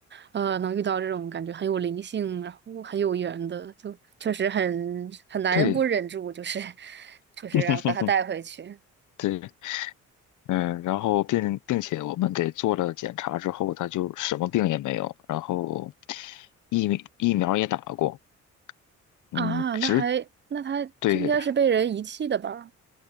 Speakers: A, on the right; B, on the left.
A: 呃，能遇到这种感觉很有灵性，然后很有缘的，就确实很很难不忍住，
B: 对，
A: 就是 <laughs> 就是让把它带回去
B: <laughs> 对，嗯，然后并并且我们给做了检查之后，他就什么病也没有，然后疫苗疫苗也打过，嗯，
A: 啊。
B: 只
A: 那还那它就应该是被人遗弃的吧？
B: 对